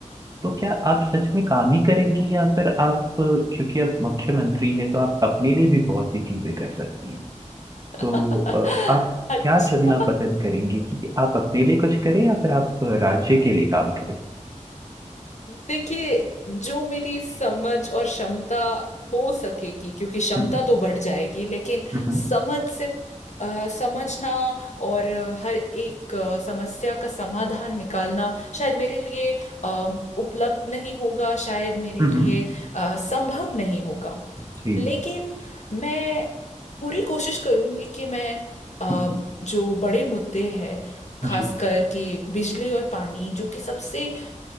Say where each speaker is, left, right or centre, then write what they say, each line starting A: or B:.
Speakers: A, on the right; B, on the left.
A: तो क्या आप सच में काम ही करेंगी या फिर आप क्योंकि आप मुख्यमंत्री हैं तो आप अपने लिए भी बहुत सी चीजें कर सकती हैं तो
B: <laughs>
A: अ, आप
B: अच्छा
A: क्या चुनना पसंद करेंगी कि आप अपने लिए कुछ करें या फिर आप राज्य के लिए काम करें
B: देखिए जो मेरी समझ और क्षमता हो सकेगी क्योंकि क्षमता
A: हम्म
B: तो बढ़ जाएगी लेकिन
A: हम्म
B: समझ से अ, समझना और अ, हर एक अ, समस्या का समाधान निकालना शायद मेरे लिए अ, उपलब्ध नहीं होगा शायद मेरे
A: हम्म
B: लिए अ, संभव नहीं होगा
A: जी
B: लेकिन मैं पूरी कोशिश करूंगी कि मैं अ,
A: जी
B: जो बड़े मुद्दे हैं खासकर
A: जी,
B: कि बिजली और पानी जो कि सबसे